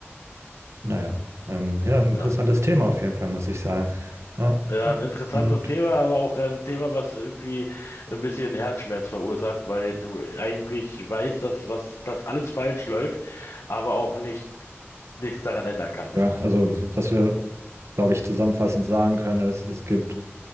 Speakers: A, on the right; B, on the left.
A: Naja, ähm, ja, ein
B: Ja.
A: interessantes Thema auf jeden Fall, muss ich sagen. Ja,
B: Ja,
A: äh,
B: ein interessantes
A: und
B: Thema, aber auch ein Thema, was irgendwie ein bisschen Herzschmerz verursacht, weil du eigentlich weißt, dass was, dass alles falsch läuft, aber auch nicht, nichts daran ändern kannst.
A: ja, also was wir, glaube ich, zusammenfassend sagen können, ist, es gibt